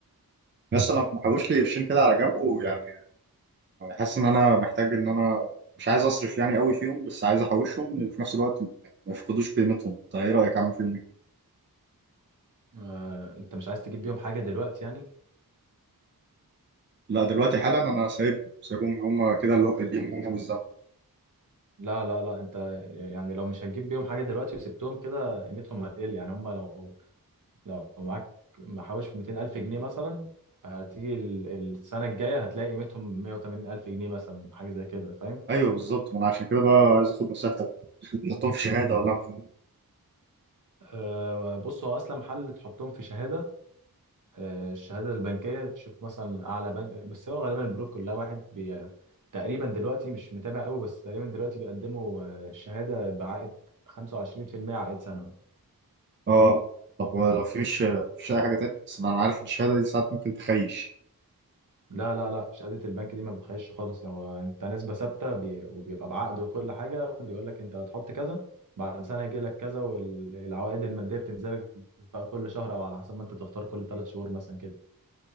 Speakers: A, on the right; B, on the right.
A: بس انا محوش لي قرشين كده على جنب ويعني حاسس ان انا محتاج ان انا مش عايز اصرف يعني قوي فيهم بس عايز احوشهم في نفس الوقت يعني ما يفقدوش قيمتهم طيب ايه رايك اعمل فيهم ايه؟
B: آه، انت مش عايز تجيب بيهم حاجه دلوقتي يعني
A: لا دلوقتي حالا انا سايبهم سايبهم هم كده اللي هو- اللي هم والزمن
B: لا لا لا انت يعني لو مش هتجيب بيهم حاجه دلوقتي وسبتهم كده قيمتهم هتقل يعني هم لو لو معاك محوش 200000 جنيه مثلا هتيجي ال- السنه الجايه هتلاقي قيمتهم 180000 جنيه مثلا حاجه زي كده فاهم
A: ايوه بالظبط ما انا عشان كده بقى عايز اخد نصيحتك <laughs> تحطهم في شهاده ولا أعمل فيهم
B: آه، بص هو اصلا محل تحطهم في شهاده آه، الشهادة البنكية تشوف مثلا أعلى بنك بس هو غالبا البنوك كلها واحد بي تقريبا دلوقتي مش متابع قوي بس تقريبا دلوقتي بيقدموا آه، شهادة بعائد 25% عائد سنوي
A: اه طب لو في مش مش اي حاجه تانية بس انا عارف ان الشهاده دي ساعات ممكن تخيش
B: لا لا لا شهادة البنك دي ما بتخيش خالص يعني هو أنت نسبة ثابتة بي... وبيبقى بعقد وكل حاجة بيقول لك أنت هتحط كذا بعد سنة يجي لك كذا والعوائد المادية بتنزل لك بقى كل شهر أو على حسب ما أنت تختار كل ثلاث شهور مثلا كده